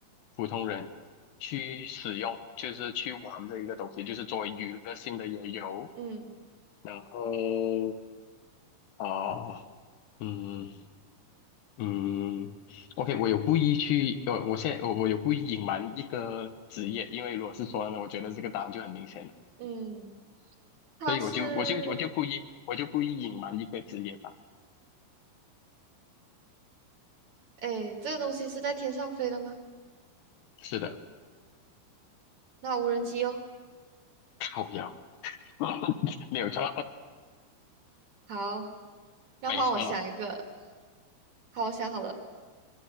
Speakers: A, on the left; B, on the right.
A: 普通人去使用，就是去玩这一个东西，就是作为娱乐性的也有。
B: 嗯
A: 然后啊、嗯嗯，OK，我有故意去，呃，我现在我我有故意隐瞒一个职业，因为如果是说呢，我觉得这个答案就很明显了，
B: 嗯，它是，
A: 所以我就我就我就故意我就故意隐瞒一个职业吧。
B: 哎，这个东西是在天上飞的吗？
A: 是的，
B: 那无人机哦。
A: 靠腰，<laughs> 没有错，
B: 好，那换我想一个。
A: <laughs> 没错。
B: 好，我想好了，